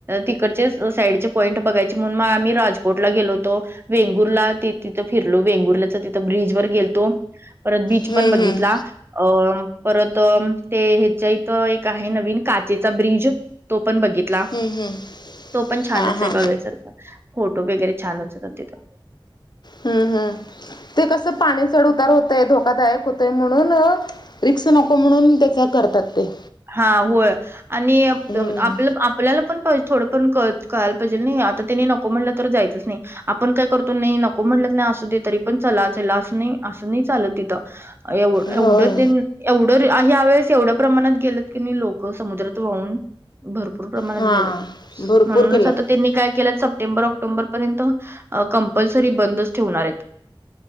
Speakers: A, on the right (about 25°); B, on the left (about 55°).
A: तिकडचे साईडचे पॉइंट बघायचे म्हणून मग आम्ही राजकोटला गेलो होतो. वेंगूर ला त तिथं फिर लो, वेंगुरल्याच्या तिथ ब्रिज वर गेलतो, परत बीच
B: हम्म,
A: पण बघितला.
B: हम्म,
A: अ परत ते ह्याच्या इथं एक आहे नवीन, काचेचा ब्रिज तो पण बघित ला,
B: हम्म, हम्म.
A: तो पण छानच
B: हा हा
A: आहे बघायसारख, फोटो वगैरे छानच येतात तिथे.
B: हम्म, हम्म, ते कसं पाणी चढ उतार होतय, धोकादायक होतंय, म्हणून रिक्स नको म्हणून, त्याचा करतात ते.
A: हा, होय. आणि आप,
B: हम्म.
A: आपल्याला पण थोडं पण कळ-कळायला पाहिजेल नई, आता त्यांनी नक को म्हणलं तर जायचच नाही. आपण काय करतो, नही नको म्हटलंत ना असू दे तरी पण चला चला असं नाही, असं नाही चालत तिथं. एव-एवढं
B: होय
A: तेन एवढं ह्यावेेळेस एवढ्या प्रमाणात गेलंत की नाही लोकं समुद्रात वाहून. भरपूर प्रमाणात
B: हां
A: गेलत,
B: भरपूर
A: म्हणूनच
B: केल्यात
A: आता त्यांनी काय केल्यात, सप्टेंबर आक्टो बरपर्यंत, कंपल्सरी बंदच ठेवणार आहेत.